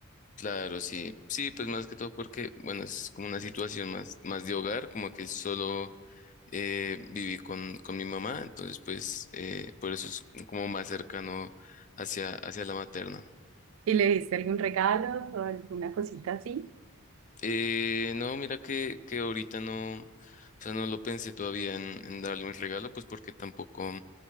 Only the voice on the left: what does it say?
Claro, sí, sí, pues más que todo porque, bueno, es como una situación más, más de hogar, como que solo... eh, viví con, con mi mamá, entonces pues eh, por eso es como más cercano hacia, hacia la materna.
Eh, no, mira que, que ahorita no, o sea, no lo pensé todavía en, en darle un regalo, pues porque tampoco